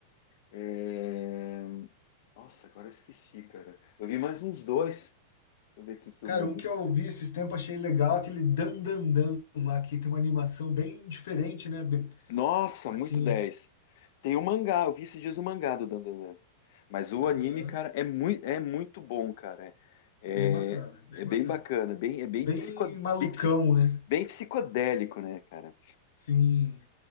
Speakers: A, on the left; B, on the left.
A: É, Nossa, agora eu esqueci, cara. Eu vi mais uns dois. Deixa eu ver aqui que
B: Cara,
A: eu me
B: um
A: li.
B: que eu vi esses tempos, achei legal, aquele Dan Dan Dan lá, que tem uma animação bem diferente, né? Bem,
A: Nossa,
B: assim,
A: muito 10. Tem o mangá, eu vi esses dias o mangá do Dandadan. Mas o
B: aham,
A: anime, cara, é muito, é muito bom, cara. É,
B: é bem bacana, bem
A: é
B: bacana.
A: bem bacana, bem, é bem,
B: Bem
A: psico...
B: malucão,
A: bem, psi-
B: né?
A: bem psicodélico, né, cara?
B: Sim,